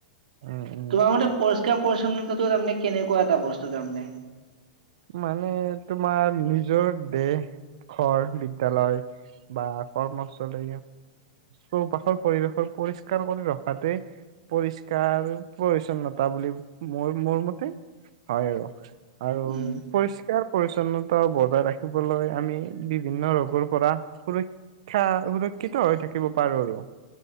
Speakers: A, on the right; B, on the right.
A: উম, উম।
B: তোমাৰ মতে পচ। শিকা পৰিচ্ছন্নতাটো তাৰমানে কেনেকুৱা এটা বস্তু তাৰমানে?
A: মানে তোমাৰ। নিজৰ দেহ ঘৰ বিদ্য়ালয় বা কৰ্মস্থলী চৌপাশৰ পৰিৱেশৰ পৰিষ্কাৰ কৰি ৰখাতে পৰিষ্কাৰ প্ৰ্ছন্নতা বুলি মোৰ মোৰ মতে হয় আৰু। আৰু
B: উম।
A: পৰিষ্কাৰ পৰি্ছন্নতা বজাই ৰাখিবলৈ, আমি বিভিন্ন ৰোগৰ পৰা সুৰক্ষা সুৰক্ষিত হৈ থাকিব পাৰো আৰু।